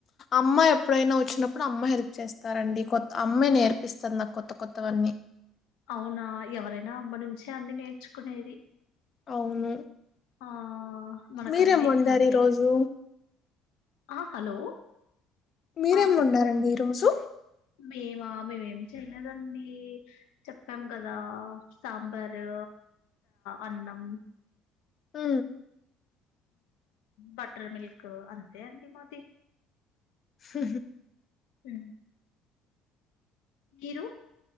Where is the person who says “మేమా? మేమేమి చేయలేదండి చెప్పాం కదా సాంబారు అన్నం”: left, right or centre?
Left